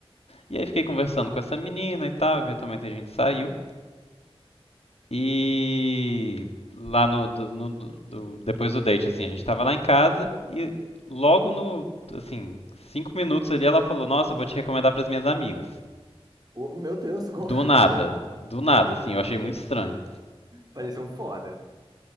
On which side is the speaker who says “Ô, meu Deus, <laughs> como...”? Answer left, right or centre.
Right